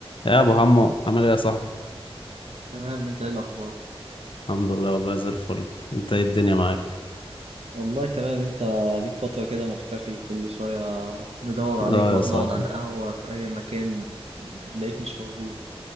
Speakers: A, on the left (about 55°); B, on the right (about 80°).
A: يا ابو حمو عامل ايه يا صاحبي
B: تمام انت ايه الاخبار
A: الحمد لله والله زي الفل انت ايه الدنيا معاك
B: والله تمام انت ليك فترة كده مختفي كل شوية ندور عليك
A: اه
B: واحنا
A: يا صاحبي
B: نقعد على القهوة في اي مكان نلاقيك مش موجود